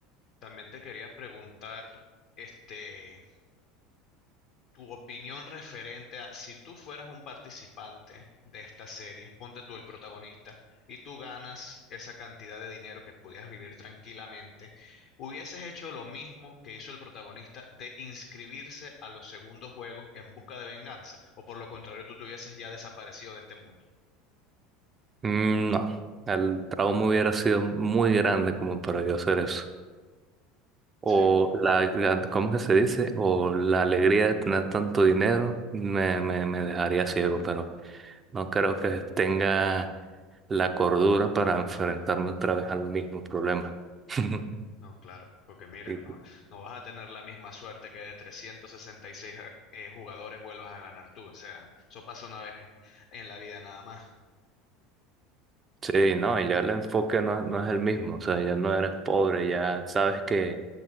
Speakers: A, on the left (about 50°); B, on the right (about 25°).
A: también te quería preguntar, este, tu opinión referente a si tú fueras un participante de esta serie, ponte tú el protagonista, y tú ganas esa cantidad de dinero que podías vivir tranquilamente, ¿hubieses hecho lo mismo que hizo el protagonista de inscribirse a los segundos juegos en busca de venganza? ¿O por lo contrario, tú te hubieses ya desaparecido de este mundo?
B: Mm, No, el trauma hubiera sido muy grande como para yo hacer eso. O
A: Sí.
B: la, gran- ¿cómo que se dice? O la alegría de tener tanto dinero me, me, me dejaría ciego, pero no creo que tenga la cordura para enfrentarme otra vez al mismo problema. <laughs>
A: No, claro, porque mira,
B: Y-
A: no, no vas a tener la misma suerte que de 366 a- eh, jugadores vuelvas a ganar tú. O sea, eso pasa una vez en la vida nada más.
B: Sí, no, y ya el enfoque no, no es el mismo, o sea, ya no eres pobre, ya sabes que